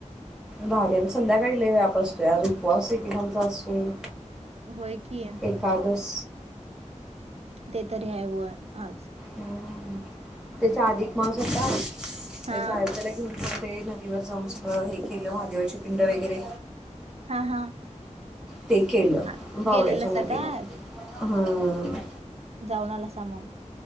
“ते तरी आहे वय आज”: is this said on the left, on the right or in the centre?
Right